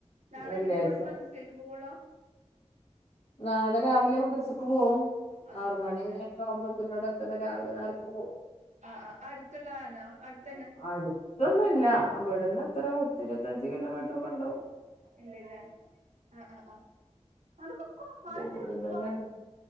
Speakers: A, on the right; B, on the left.
A: നാളെഞ്ഞിപ്പം
B: വെള്ളിയാഴ്ച
A: വ്ടെന്ന് മദ്രസേൽക്ക് പോവൊള്ളോ?
B: നാളെ രാവിലെ മദ്രസ്ക്ക് പോവും.
A: മദ്രസക്ക്
B: ആറുമണി
A: പോവൂല
B: എക്കാവുമ്പോത്തിനവ്‌ടെ എത്തണെ രാവിലെ നേരത്തെ പോവും.
A: അ അഹ്. അട് ത്ത്ള്ളെന്നെ. അട്ത്തെന്നെ.
B: അടുത്തൊന്നുല്ല. ഇവട്ന്ന് എത്ര പത്തിരുപത്തഞ്ച് കിലോമീറ്ററൊക്കെണ്ടാവും.
A: ണ്ട്ലെ. ആഹ് ആഹ് ആഹ്. ആണ്ട് പൊക്കോ. മഴകൊള്ളും
B: ദൂരം
A: പൊക്കോ.
B: തന്നെയാണ്